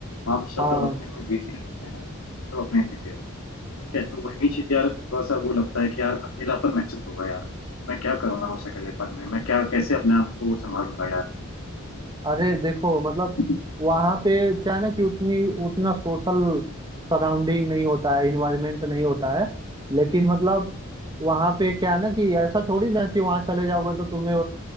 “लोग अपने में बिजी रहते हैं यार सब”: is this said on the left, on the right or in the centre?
Left